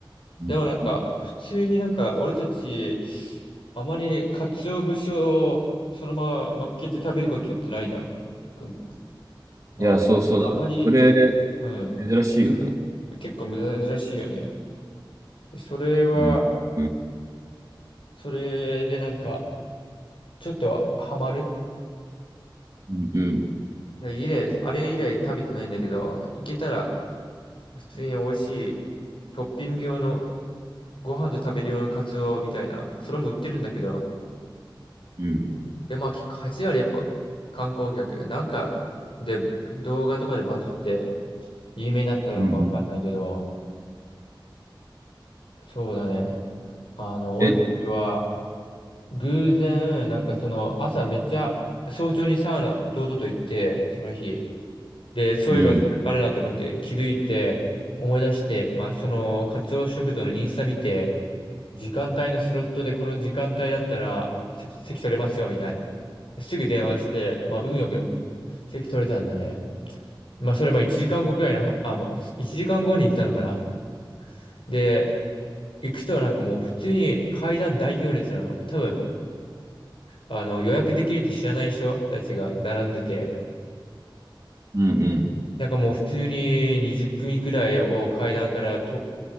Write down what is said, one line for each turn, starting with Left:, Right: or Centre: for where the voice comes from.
Right: うん
Left: でもなんか、普通になんか、俺たち、あまり鰹節をそのまま乗っけて食べることってないじゃん。くまあ、
Right: いや、そうそうだ。
Left: あまり、
Right: それ、
Left: うん、
Right: 珍しいよね。
Left: 結構珍しいよね。それは、
Right: うんうん
Left: それでなんか、ちょっとハマる。
Right: うんうん
Left: で以来、あれ以来食べてないんだけど、いけたら、普通に美味しい、トッピング用の、ご飯と食べる用のカツオみたいな、それも売ってるんだけど、
Right: うん
Left: で、まあ結構8割やっぱ観光客、なんかで動画とかでバズって有名になったのかわかんないけど、
Right: うんうん。
Left: そうだね。あの、俺たちは
Right: え、
Left: 偶然、なんかその朝めっちゃ早朝にサウナ弟と行って、その日。で、そういえばそれあるなと思って気づいて思い出して、
Right: うん。
Left: まあそのカツオ食堂のインスタ見て、時間帯のスロットでこの時間帯だったらせ席取れますよみたいな。すぐ電話して、まあ運よく席取れたんだよね。まあ、それまあ1時間後くらいの、あ、もう1時間後に行ったのかな。で、行くとなんかもう普通に階段大行列なの。多分、あの、予約できるって知らない人たちが並んでて、
Right: うん
Left: なんかもう普通に20組くらいを階段からと